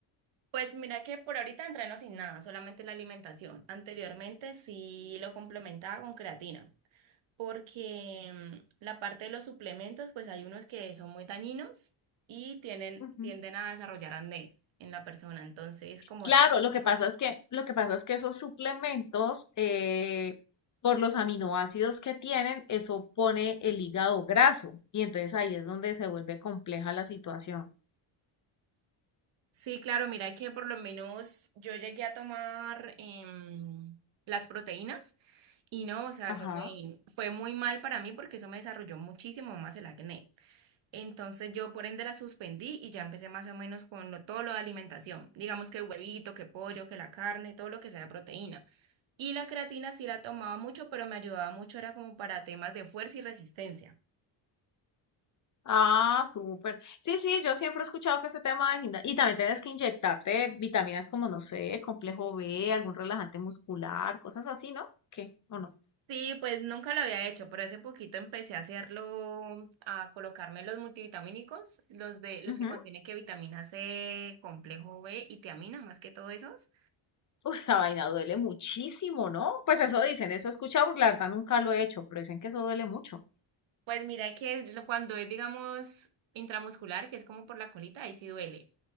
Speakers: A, on the right (about 70°); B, on the left (about 40°).
A: Pues mira que por ahorita entreno sin nada, solamente la alimentación. Anteriormente sí lo complementaba con creatina, porque mm, la parte de los suplementos, pues hay unos que son muy dañinos y tienen,
B: Ujú.
A: tienden a desarrollar acné en la persona. Entonces, como
B: Claro,
A: tal,
B: lo que pasa es que, lo que pasa es que esos suplementos, eh, por los aminoácidos que tienen, eso pone el hígado graso. Y entonces ahí es donde se vuelve compleja la situación.
A: Sí, claro, mira que por lo menos yo llegué a tomar em, las proteínas y no, o sea,
B: Ajá.
A: eso me fue muy mal para mí porque eso me desarrolló muchísimo más el acné. Entonces yo por ende la suspendí y ya empecé más o menos con lo- todo lo de alimentación, digamos que huevito, que pollo, que la carne, todo lo que sea proteína. Y la creatina sí la tomaba mucho, pero me ayudaba mucho, era como para temas de fuerza y resistencia.
B: Ah, súper. Sí, sí, yo siempre he escuchado que ese tema del gimnasio. Y también tienes que inyectarte vitaminas como, no sé, complejo B, algún relajante muscular, cosas así, ¿no? ¿Qué? ¿O no?
A: Sí, pues nunca lo había hecho, pero hace poquito empecé a hacerlo, a colocarme los multivitamínicos, los de los
B: Ujú.
A: que contienen que vitamina C, complejo B y tiamina, más que todo esos.
B: Uy, esa vaina duele muchísimo, ¿no? Pues eso dicen, eso he escuchado, porque la verdad nunca lo he hecho, pero dicen que eso duele mucho.
A: Pues mira que lo- cuando es, digamos, intramuscular, que es como por la colita, ahí sí duele.